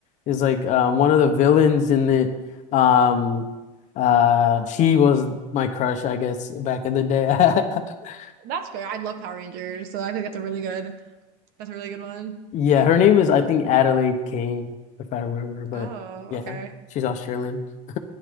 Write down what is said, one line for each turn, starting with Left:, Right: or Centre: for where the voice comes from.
Left: is like uh, one of the villains in it. Um, uh, she was my crush, I guess, back in the day. <laughs>
Right: That's fair. I love Power Rangers, so I think that's a really good that's a really good one.
Left: Yeah, her name is I think Adelaide Kane, if I remember, but
Right: Oh,
Left: yeah,
Right: okay.
Left: she's Australian. <laughs>